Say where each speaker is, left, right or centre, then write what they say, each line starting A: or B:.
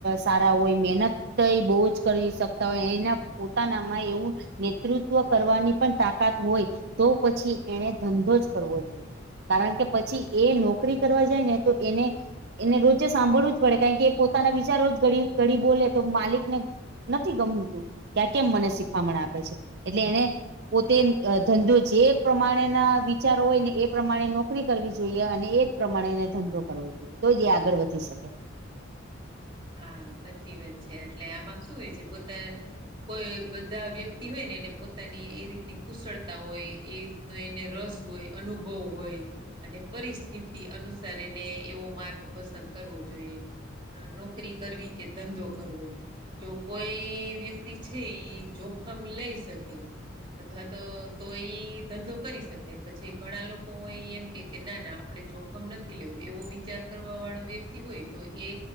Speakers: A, on the right (about 55°); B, on the right (about 25°).
A: સારા હોય, મહેનત તો એ બો જ કરી શકતા હોય એના પોતાનામાં એવું નેતૃત્વ કરવાની પણ તાકાત હોય તો પછી એને ધંધો જ કરવો જોઈએ. કારણ કે પછી એ નોકરી કરવા જાય ને તો એને એને રોજે સાંભળવું જ પડે કારણ કે એ પોતાના વિચારો જ ઘડી ઘડી બોલે તો માલિકને નથી ગમતું કે આ કેમ મને શીખામણ આપે છે એટલે એને પોતે ધંધો જે પ્રમાણેના વિચારો હોય ને એ પ્રમાણે ના નોકરી કરવી જોઈએ અને એ જ પ્રમાણે એને ધંધો કરવો જોઈએ તો જ એ આગળ વધી શકે.
B: હા સાચી વાત છે એટલે આમાં શું હોય છે પોતે કોઈ બધા વ્યક્તિ હોય ને એને પોતાની એ રીતની કુશળતા હોય એ એને રસ હોય અનુભવ હોય. અને પરિસ્થિતિ અનુસાર એને એવો માર્ગ પસંદ કરવો જોઈએ. અ નો નોકરી કરવી કે, ધંધો કરવો. જો કોઈ વ્યક્તિ છે ઈ જોખમ લઈ શકે. અથવા તો તો ઈ ધંધો કરી શકે પછી ઘણા લોકો ઈ એમ કેય કે ના ના આપણે જોખમ નથી લેવું એવો વિચાર કરવા વાળો વ્યક્તિ હોય તો એ.